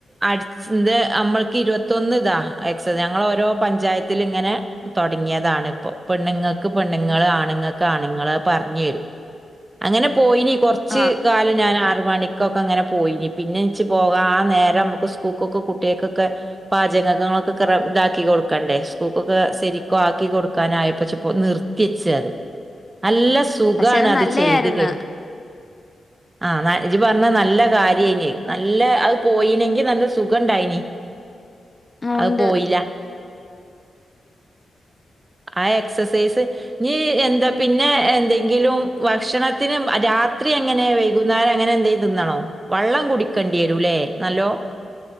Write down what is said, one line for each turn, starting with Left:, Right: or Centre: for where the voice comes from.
Right: അ ഇത് നമ്മൾക്ക് ഇരുപത്തൊന്ന് ഇതാ എക്സ ഞങ്ങ ഓരോ പഞ്ചായത്തില ഇങ്ങനെ തുടങ്ങിയതാ ഇപ്പൊ പെണ്ണുങ്ങൾക്ക് പെണ്ണുങ്ങൾ ആണുങ്ങൾക്ക് ആണുങ്ങ പറഞ്ഞു തരും അങ്ങനെ പോയിനി കുറച്ച്
Left: ആ
Right: കാലം ഞാൻ ആറ മണിക്കൊക്കെ അങ്ങനെ പോയിനി പിന്നെ എച്ച് പോക ആ നേരം നമുക്ക് സ്കൂൾക്കൊക്കെ കുട്ടികൾക്കൊക്കെ പാചകങ്ങളൊക്കെ ഇതാക്കി കൊടുക്കണ്ടേ സ്കൂൾക്കൊക്കെ ശരിക്കും കൊടുക്കാനായപ്പോ അപ്പൊ നിർത്തിച്ച് അത് നല്ല സുഖമാണ്
Left: പക്ഷെ
Right: അത്
Left: നല്ലയായിരുന്നു
Right: ചെയ്ത് കഴിഞ്ഞ ആ ഇജി പറഞ്ഞ നല്ല കാര്യ നല്ല അത് പോയിനെങ്കി നല്ല സുഖ ഇണ്ടായിനി
Left: ഉം, ഉണ്ട്
Right: അത് പോയില്ല ആ എക്സസൈസ് നീ എന്താ പിന്നെ എന്തെങ്കിലും ഭക്ഷണത്തിനന് രാത്രി അങ്ങനെ വൈകുന്നേരം അങ്ങനെ എന്ത ചെയ തിന്നണോ വെള്ളം കുടിക്കേണ്ടി വരൂല്ലേ നല്ലോ